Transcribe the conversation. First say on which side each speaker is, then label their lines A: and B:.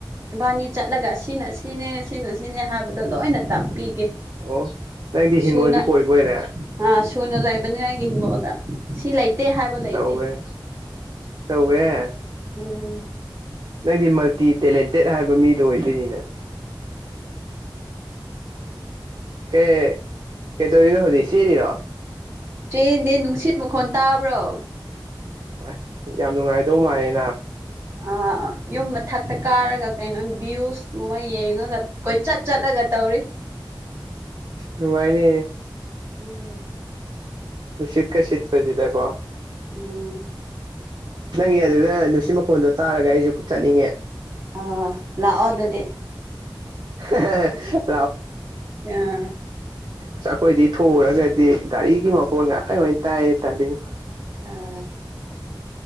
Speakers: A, on the right; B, on the right.
A: ꯏꯕꯥꯅꯤ ꯆꯠꯂꯒ ꯁꯤꯅ ꯁꯤꯅꯦ ꯁꯤꯅ ꯁꯤꯅꯦ ꯍꯥꯏꯕꯗꯣ ꯂꯣꯏꯅ ꯇꯥꯛꯄꯤꯒꯦ
B: ꯑꯣ ꯅꯪꯗꯤ ꯍꯤꯡꯒꯣꯜꯁꯨ
A: ꯁꯨꯅ
B: ꯀꯣꯏꯕ ꯑꯣꯏꯔꯦ
A: ꯑꯥ ꯁꯨꯅ ꯂꯩꯕꯅꯤ ꯑꯩꯒꯤ ꯍꯤꯡꯒꯣꯜꯗ ꯁꯤ ꯂꯩꯇꯦ ꯍꯥꯏꯕ ꯂꯩꯇꯦ
B: ꯇꯧꯋꯦ ꯇꯧꯋꯦ
A: ꯎꯝ
B: ꯅꯪꯗꯤ ꯃꯥꯜꯇꯤ ꯇꯦꯂꯦꯟꯇꯦꯠ ꯍꯥꯏꯕ ꯃꯤꯗꯣ ꯑꯣꯏꯗꯣꯏꯅꯤꯅꯦ ꯀꯩ ꯀꯩꯗꯧꯔꯤꯅꯣ ꯍꯧꯖꯤꯛ ꯆꯦꯜꯂꯤꯔꯣ
A: ꯆꯦꯟꯗꯦ ꯅꯨꯡꯁꯤꯠ ꯃꯈꯣꯟ ꯇꯥꯕ꯭ꯔꯣ
B: ꯑ ꯌꯥꯝ ꯅꯨꯡꯉꯥꯏꯗꯧ ꯃꯥꯜꯂꯦ
A: ꯑꯥ ꯌꯨꯝ ꯃꯊꯛꯇ ꯀꯥꯔꯒ ꯀꯩꯅꯣ ꯚ꯭ꯌꯨꯁꯒꯨꯝꯕ ꯌꯦꯡꯉꯒ ꯀꯣꯏ ꯆꯠ ꯆꯠꯂꯒ ꯇꯧꯔꯤ
B: ꯅꯨꯡꯉꯥꯏꯅꯤꯍꯦ
A: ꯎꯝ
B: ꯅꯨꯡꯁꯤꯠꯀꯥ ꯁꯤꯠꯄꯥꯁꯤꯗ ꯀꯣ
A: ꯑꯝ
B: ꯅꯪꯒꯤ ꯑꯗꯨꯗ ꯅꯨꯡꯁꯤ ꯃꯈꯣꯟꯗꯣ ꯇꯥꯔꯒ ꯑꯩꯁꯨ ꯆꯠꯅꯤꯡꯉꯦ
A: ꯑ ꯂꯥꯛꯑꯣ ꯑꯗꯨꯗꯤ
B: <unintelligible>
A: ꯑꯥ
B: ꯑꯁ ꯑꯩꯈꯣꯏꯗꯤ ꯊꯣꯛꯎꯔꯒꯗꯤ ꯒꯥꯔꯤꯒꯤ ꯃꯈꯣꯟ ꯉꯥꯛꯇ ꯑꯣꯏꯅ ꯇꯥꯏ ꯇꯜꯂꯤꯅꯤ
A: ꯑ